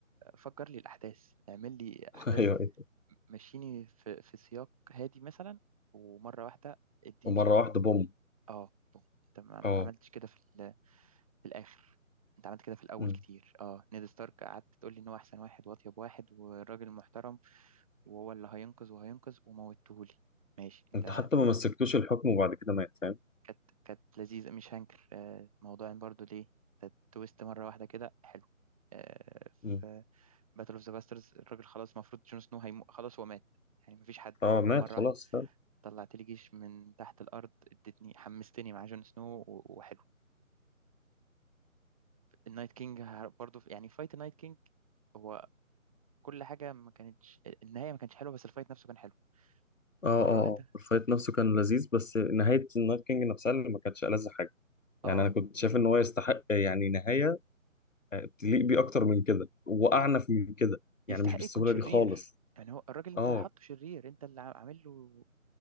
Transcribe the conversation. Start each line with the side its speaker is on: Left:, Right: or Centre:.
Right: فجر لي الأحداث اعمل لي
Left: <laughs>
Right: أحداث
Left: ايوه ايوه
Right: مشيني في في سياق هادي مثلا ومرة واحدة اديني
Left: ومره واحده بوم
Right: اه بوم انت ما ما
Left: اه
Right: عملتش كده في ال- في الآخر انت عملت كده في الأول
Left: مم.
Right: كتير اه نيد ستارك قعدت تقول لي ان هو أحسن واحد وأطيب واحد والراجل محترم وهو اللي هينقذ وهينقذ وموتهولي ماشي انت
Left: انت حتى ما مسكتوش الحكم وبعد كده مات فاهم
Right: كانت كانت لذيذة مش هنكر آه، موضوع إن برضو ليه ده تويست مرة واحدة كده حلو آه،
Left: مم.
Right: باتل اوف ذا باسترز الراجل خلاص المفروض جون سنو هيمو... خلاص هو مات يعني مفيش حد
Left: اه مات
Right: مرة
Left: خلاص
Right: واحدة
Left: فاهم
Right: طلعت لي جيش من تحت الأرض ادتني حمستني مع جون سنو و- وحلو النايت كينج ه- برضه في- يعني فايت النايت كينج هو كل حاجة ما كانتش النهاية ما كانتش حلوة بس الفايت نفسه كان حلو
Left: اه
Right: مرة
Left: اه اه
Right: واحدة
Left: الفايت نفسه
Right: انت
Left: كان لذيذ بس نهايه النايت كينج نفسها اللي ما كانتش ألذ حاجه يعني
Right: اه
Left: انا كنت شايف
Right: يعني
Left: ان هو يستحق يعني نهايه آه، تليق بيه اكتر من كده واعنف
Right: ي-
Left: من كده يعني
Right: يستحق
Left: مش بالسهوله
Right: يكون شرير
Left: دي خالص
Right: يعني هو الراجل انت
Left: اه
Right: حاطه شرير انت اللي عا- عامل له